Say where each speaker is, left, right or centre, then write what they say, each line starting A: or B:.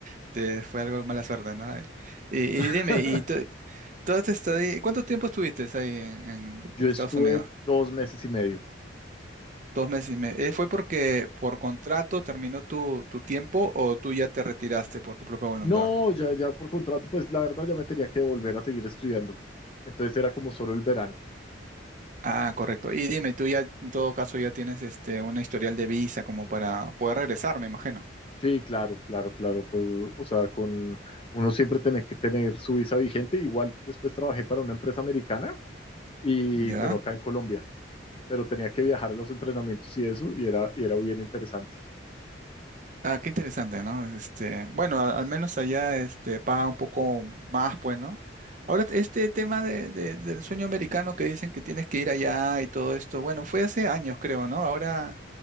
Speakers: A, on the right; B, on the left.
A: este, fue algo de mala suerte, ¿no? Eh, Y, y
B: <laughs>
A: dime, ¿y tú, tú has estado ahí- cuánto tiempo estuviste ahí en, en
B: Yo
A: Estados
B: estuve
A: Unidos?
B: dos meses y medio.
A: Dos meses y medio. Eh, ¿Fue porque por contrato terminó tu, tu tiempo o tú ya te retiraste por tu propia voluntad?
B: No, ya, ya por contrato, pues la verdad ya me tenía que volver a seguir estudiando. Entonces era como solo el verano.
A: Ah, correcto. Y dime, tú ya en todo caso ya tienes este, una historial de visa como para poder regresar, me imagino.
B: Sí, claro, claro, claro. con- o sea, con uno siempre tiene que tener su visa vigente. Igual después trabajé para una empresa americana y,
A: ¿Ya?
B: pero acá en Colombia, pero tenía que viajar a los entrenamientos y eso y era, y era bien interesante.
A: Ah, qué interesante, ¿no? Este, bueno, a- al menos allá este, paga un poco más, pues, ¿no? Ahora, este tema de, de- del sueño americano que dicen que tienes que ir allá y todo esto, bueno, fue hace años, creo, ¿no? Ahora,